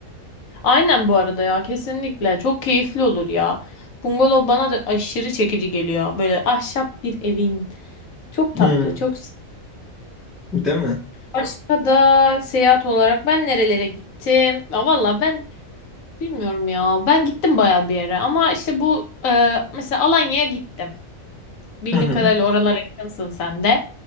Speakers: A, on the left (about 75°); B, in the centre.
A: Aynen bu arada ya kesinlikle. Çok keyifli olur ya. Bungalov bana da aşırı çekici geliyor. Böyle ahşap bir evin. Çok tatlı,
B: Hı.
A: çok
B: Değil mi?
A: Başka da seyahat olarak ben nerelere gittim? Ya valla ben bilmiyorum ya. Ben gittim baya bir yere ama işte bu e, mesela Alanya'ya gittim. Bildiğim
B: Hı hı.
A: kadarıyla oralara yakınsın sen de.